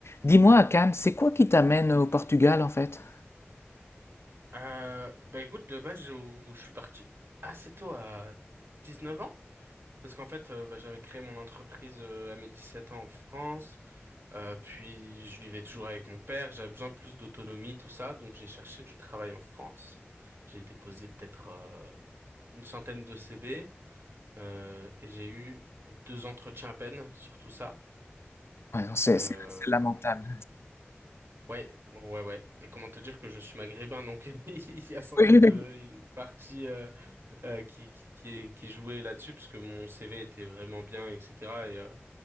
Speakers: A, on the left; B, on the right.
A: Dis-moi, Akane, c'est quoi qui t'amène au Portugal en fait?
B: Euh, bah écoute, de base, je, je suis parti assez tôt à dix neuf ans, parce qu'en fait, euh, bah, j'avais créé mon entreprise euh, à mes dix sept ans en France, euh, puis je vivais toujours avec mon père, j'avais besoin de plus d'autonomie, tout ça, donc j'ai cherché du travail en France. J'ai déposé peut-être euh, une centaine de CV, euh, et j'ai eu deux entretiens à peine sur tout ça.
A: Ouais, non, c'est
B: Euh,
A: c'est- c'est lamentable.
B: Ouais, ouais, ouais. Et comment te dire que je suis maghrébin, donc <laughs> il y a sans
A: Oui,
B: doute
A: oui, oui.
B: euh, une partie euh, euh, qui, qui, qui, est- qui jouait là-dessus parce que mon CV était vraiment bien, etc. Et euh,